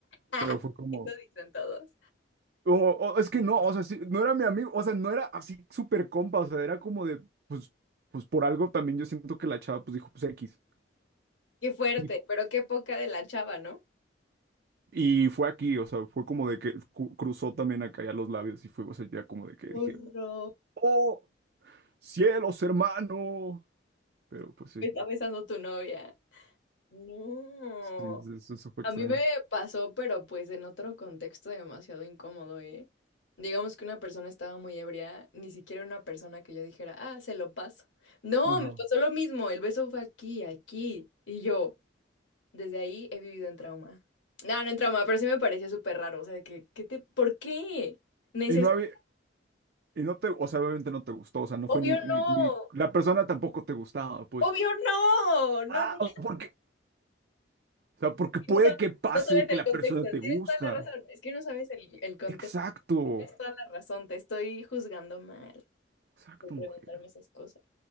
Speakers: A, on the left; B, on the right.
A: <laughs>
B: Pero fue como.
A: eso dicen todos.
B: o- o- es que no, o sea, sí, no era mi amigo. O sea, no era así súper compa. O sea, era como de. Pues, pues por algo también yo siento que la chava pues dijo, pues X.
A: Qué fuerte,
B: Y,
A: pero qué poca de la chava, ¿no?
B: y fue aquí, o sea, fue como de que cu- cruzó también acá ya los labios. Y fue, o sea, ya como de que
A: Horror.
B: dije, ¡Oh! ¡Cielos, hermano! Pero pues sí.
A: Me Está besando tu novia. No.
B: Sí, eso eso fue
A: A
B: extraño.
A: mí me pasó, pero pues en otro contexto demasiado incómodo, ¿eh? Digamos que una persona estaba muy ebria, ni siquiera una persona que yo dijera, ah, se lo paso. No,
B: Ajá.
A: me pasó lo mismo, el beso fue aquí, aquí, y yo, desde ahí he vivido en trauma. No, no en trauma, pero sí me pareció súper raro, o sea, de que, ¿qué te, por qué? Necesito,
B: Y no había, Y no te, o sea, obviamente no te gustó, o sea, no
A: obvio
B: fue ni, ni,
A: no,
B: ni- la persona tampoco te gustaba, pues.
A: obvio no, no,
B: Ah,
A: no, no,
B: o porque, o sea, porque puede
A: sab-
B: que pase
A: no sabes
B: que
A: el
B: la
A: contexto,
B: persona te gusta.
A: tienes toda la razón, es que no sabes el, el contexto,
B: Exacto,
A: tienes toda la razón, te estoy juzgando mal.
B: exacto,
A: por preguntarme
B: mujer.
A: esas cosas.